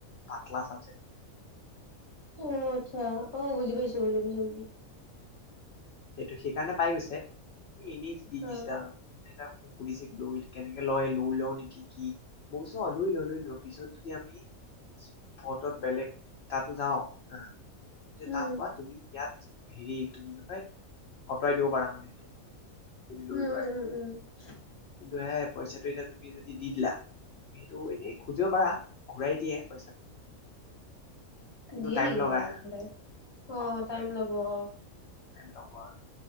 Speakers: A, on the left; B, on the left.
A: পাতলা চাবজেক্ট
B: অ আচ্ছা অ বুজি পাইছো বুজি পাইছো
A: সেইটো সেইকাৰণে পাই গৈছে এনে দি দিছিল
B: অ'।
A: আৰু মানে এটা সুধিছে লৈ কেনেকে লয় লৈ লও নেকি কি মই কৈছো অ লৈ ল লৈ ল পিছত যদি আমি ফটত বেলেগ তাতো যাও হ
B: উম,
A: তাত প তুমি ইয়াত হেৰি তুম পাই আঁতৰাই দিব পাৰা মানে এইটো যদি লৈ
B: উম, উম,
A: লোৱা এইটো
B: উম, উম,
A: কিন্তু হে পইচাটো এতিয়া তুমি যদি দি দিলা তুমি সেইটো এনেই খুজিব পাৰা ঘূৰাই দিয়ে পইচাটো কিন্তু
B: দিয়ে
A: টাইম
B: নেকি এইবিলাক
A: লগাই
B: ঘুৰাই অ
A: ঘূৰাই
B: টাইম
A: দিয়ে
B: ল'ব অ
A: টাইম <unintelligible>